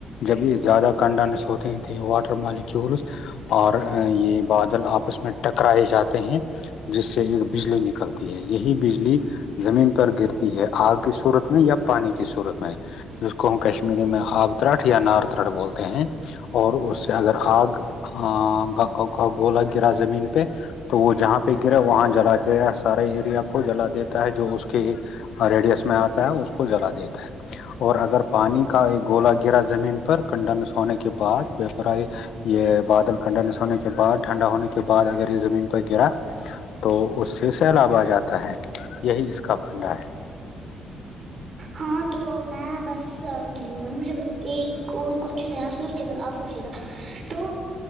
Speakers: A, on the left; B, on the right.
A: جبھی زیادہ کنڈنس ہوتے تھے واٹر مالک کی اور یہ بادل آپس میں ٹکرائے جاتے ہیں جس سے ایک بجلی نکلتی ہے یہی بجلی زمین پر گرتی ہے آگ کی صورت میں یا پانی کی صورت میں جس کو ہم کشمیری میں آب ترٹ یا نار ترٹ بولتے ہیں اور اس سے اگر آگ آگ لگ اگ گولا گرا زمین پہ تو وہ جہاں پہ گرا وہاں جلا دیا سارے ایریا کو جلا دیتا ہے جو اس کے ریڈیس میں آتا ہے اس کو جلا دیتا ہے اور اگر پانی کا ایک گولا گرا زمین پر کنڈنس ہونے کے بعد یہ بادل کنڈینس ہونے کے بعد ٹھنڈا ہونے کے بعد اگر یہ زمین پر گرا تو اس سے سیلاب آ جاتا ہے یہی اس کا پنڈا ہے
B: ہاں تو میں بس م مجھے بس ایک اور کیشن ہے اگر آپ پوشے گا تو